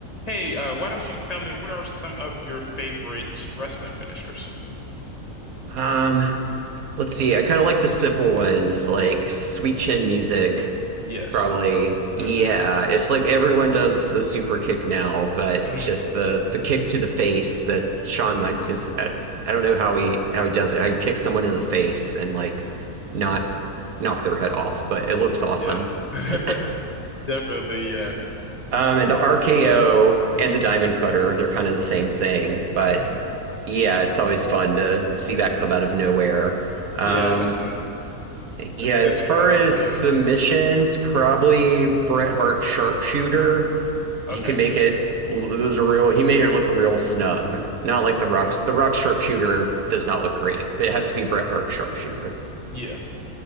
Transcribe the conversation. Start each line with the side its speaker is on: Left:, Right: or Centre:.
Left: Hey, uh, why don't you tell me what are some of your favorite wrestling finishers?
Right: Um, let's see. I kind of like the simple ones, like sweet chin music,
Left: Yes.
Right: probably. Yeah,
Left: <laughs>
Right: it's like everyone does the super kick now, but
Left: Mm,
Right: just the the kick to the face that Shawn Michaels. I, I don't know how he how he does it. How you kick someone in the face and like not knock their head off, but it looks awesome.
Left: yeah. <laughs>
Right: <laughs>
Left: Definitely, yeah.
Right: Um, and the RKO and the Diamond Cutter, they're kind of the same thing, but
Left: Mhm.
Right: yeah, it's always fun to see that come out of nowhere. Um,
Left: Yeah, that's a
Right: yeah,
Left: that's a
Right: as
Left: good thing
Right: far
Left: about the
Right: as
Left: RKO.
Right: submissions, probably Bret Hart Sharpshooter. He
Left: Okay.
Right: could make it lose a real, he made it look real snug. Not like the Rock's,
Left: Mhm.
Right: the Rock Sharpshooter does not look great, but it has to be Bret Hart Sharpshooter.
Left: Yeah.